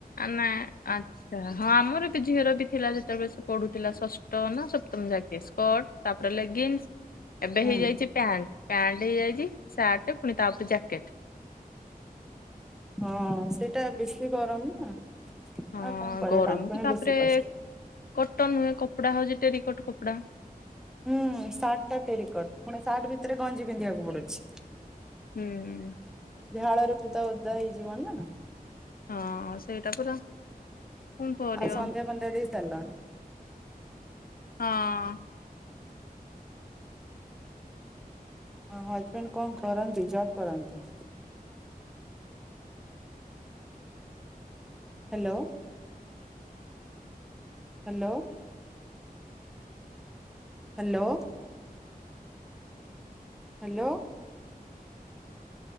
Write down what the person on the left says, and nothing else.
ନା ଆଚ୍ଛା ହଁ ଆମର ଏ ବି ଝିଅର ବି ଥିଲା ଯେତେବେଳେ ସେ ପଢୁଥିଲା ଷଷ୍ଠ ନା ସପ୍ତମ ଯାକ ସ୍କର୍ଟ ତାପରେ ଲେଗିନ୍ସ ଏବେ
ହେଇଯାଇଛି ପ୍ୟାଣ୍ଟ ପଣ୍ଟ ହେଇଯାଇଛି ସାର୍ଟ ପୁଣି ତାପରେ ଜ୍ୟାକେଟ।
ହଁ
ଗରମ
ତାପରେ
କଟନ ହୁ କପଡା ହଉଛି ଟେରିକଟ କପଡା
ହୁଁ।
ହଁ ସେଇଟା ପୁରା କଣ କରିବ।
ହଁ।